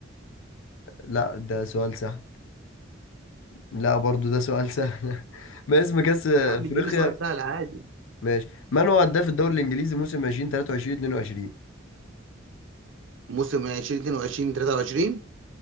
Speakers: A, on the left (about 80°); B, on the right (about 70°).
A: لا ده سؤال سهل لا برضو ده سؤال سهل <laughs> ما اسم كأس أفريقيا
B: يا عم اديني سؤال سهل عادي
A: ماشي من هو هداف الدوري الإنجليزي موسم 2023 22
B: موسم 2022 23